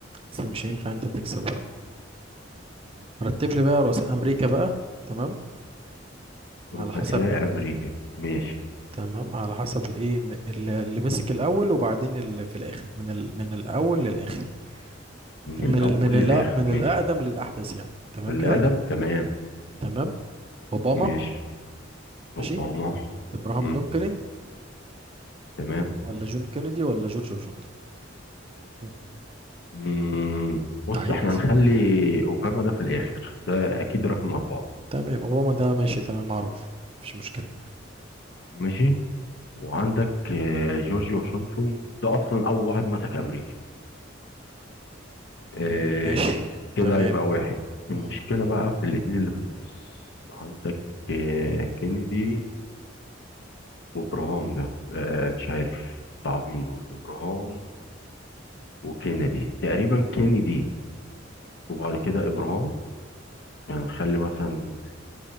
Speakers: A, on the right; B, on the left.
A: اصل مش هينفع انت تكسب بقى رتب لي بقى رؤساء امريكا بقى تمام على
B: رؤساء
A: حسب
B: أمريكا ماشي
A: تمام على حسب الايه م- اللي اللي مسك الاول وبعدين اللي في الاخر من ال... من الاول للاخر
B: من
A: تمام،
B: الأول
A: من ال... من ال...
B: للآخر
A: من
B: ماشي
A: الاقدم للاحدث يعني تمام
B: اللي
A: كده
B: أقدم تمام
A: تمام اوباما
B: ماشي أوباما
A: ماشي ابراهام
B: مم.
A: لينكولن
B: تمام
A: و- ولا جون كينيدي ولا جورج واشنطن مم.
B: مم، بص
A: اعيد
B: احنا هنخلي اوباما ده في الاخر ده اكيد رقم اربعة
A: تمام اوباما ده ماشي تمام معروف مفيش مشكلة
B: ماشي وعندك آه، جورج واشنطن ده اصلا اول واحد مسك امريكا آه،
A: ماشي
B: كده
A: تمام
B: يبقى واحد المشكلة
A: مم.
B: بقى في الاتنين اللي في النص عندك آه، كينيدي وابراهام ده آه، مش عارف صعبين دول ابراهام وكينيدي تقريبا كينيدي وبعد كده ابراهام يعني نخلي مثلا